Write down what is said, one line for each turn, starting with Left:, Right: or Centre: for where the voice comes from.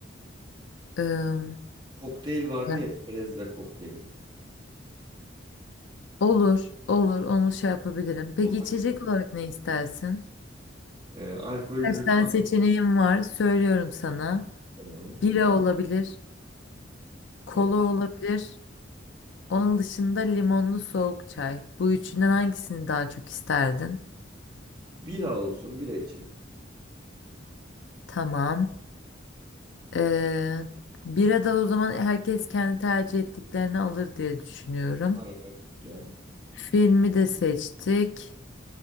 Left: E,
Right: Kokteyl vardı
Left: Ya.
Right: ya çerezle kokteyl.
Left: olur, olur. Onu şey yapabilirim. Peki
Right: O da
Left: içecek
Right: güzel.
Left: olarak ne istersin?
Right: Ee, alkollü
Left: Kaç tane
Right: var.
Left: seçeneğim var? Söylüyorum sana.
Right: Tamam.
Left: Bira olabilir,
Right: Tamam.
Left: kola olabilir. Onun dışında limonlu soğuk çay. Bu üçünden hangisini daha çok isterdin?
Right: Bira olsun bira içelim.
Left: Tamam. Ee, bira da o zaman herkes kendi tercih ettiklerini alır diye düşünüyorum.
Right: Aynen öyle.
Left: Filmi de seçtik.